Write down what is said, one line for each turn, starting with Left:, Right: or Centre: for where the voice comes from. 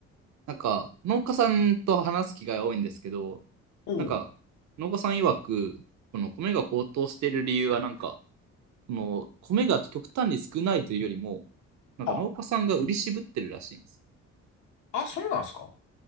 Right: なんか、農家さんと話す機会多いんですけど、
Left: おう。
Right: なんか、農家さん曰く、この米が高騰している理由は、なんか、この米が極端に少ないというよりも、なんか農家さんが売り渋ってるらしいんです。
Left: あ、あ、そうなんですか